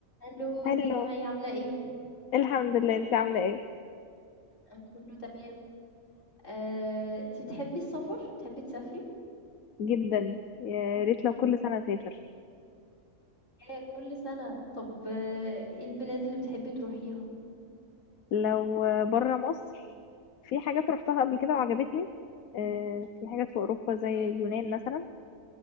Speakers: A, on the left (about 60°); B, on the left (about 80°).
A: الو
B: هلو
A: ازيك يا مي عاملة ايه؟
B: الحمد لله انت عامله ايه
A: أنا كله تمام آه، انتي بتحبي السفر؟ بتحبي تسافري؟
B: جدا يا ريت لو كل سنه اسافر
A: ايه كل سنة طب آه، ايه البلاد اللي بتحبي تروحيها؟
B: لو بره مصر في حاجات روحتها قبل كده وعجبتني آه، في حاجات في اوروبا زي
A: مم،
B: اليونان مثلا